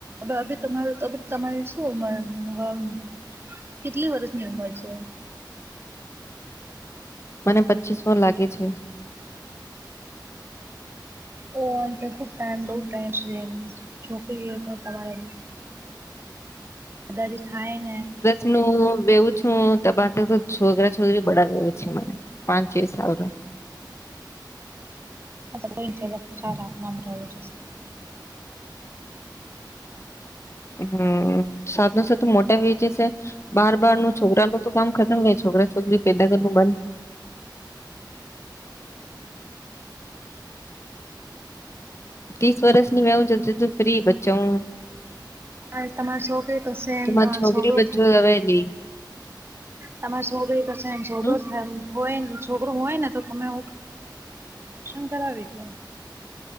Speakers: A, on the right; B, on the left.
A: હવે તમાર તમારી શું <unintelligible> કેટલી વર્ષની ઉંમર છે?
B: મને પચીસ મો લાગે છે.
A: ઓ અ ટાઈમ બહ ટમ છે છોકરી તમારે દદાજી થાનને
B: હું બેવું છું તબા તો છોકરા છોકરી બળાવ છે મને. પાંચ‌ છે સાલ
A: આ ગઈચ ચારા મામરાઓજ
B: હમ સાત નો સાત મોટા વે જ છે બાર બાર નું છોકરાનું તો કામ ખતમ હો છોકરા છોકરી પેદા કરવા નું બંધ ત્રીસ વર્ષની મેં હું જતી તો ફ્રી બચ્ચા હ
A: તમારી છોકરી તો સેમ
B: તમા મારે
A: તમારો
B: છોકરી
A: છોકરો
B: બ્ચું હવે નઈ
A: તમારે શુંભઈ થશે એમ છોો
B: હમ
A: થાય એમ હોય છોકરુ હોય ને તો તમેન ઓપરેશન કરાવીલો